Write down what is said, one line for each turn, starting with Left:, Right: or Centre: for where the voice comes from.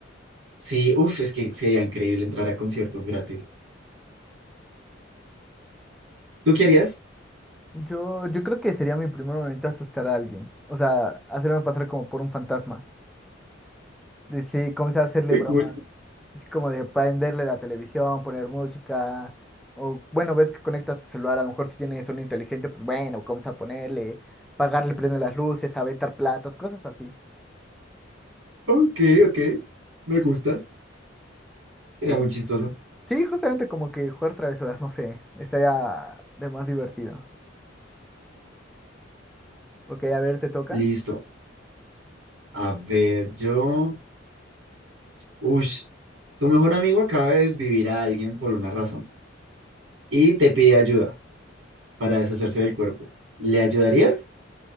Right: Sí, uff, es que sería increíble entrar a conciertos gratis. ¿Tú querías?
Centre: Yo, yo creo que sería mi primer momento asustar a alguien. O sea, hacerme pasar como por un fantasma. De- Sí, comenzar a hacerle
Right: Qué
Centre: bromas.
Right: cool.
Centre: es como de prenderle la televisión, poner música. O bueno, ves que conectas tu celular. A lo mejor si tienes un inteligente, pues bueno, comienza a ponerle, pagarle, prende las luces, aventar platos, cosas así.
Right: Ok, ok. Me gusta. Sería
Centre: Sí.
Right: muy chistoso.
Centre: Sí, justamente como que jugar travesuras, no sé. Estaría de más divertido. Ok, a ver, ¿te toca?
Right: Listo. A ver, yo. Ush. Tu mejor amigo acaba de desvivir a alguien por una razón y te pide ayuda para deshacerse del cuerpo. ¿Le ayudarías?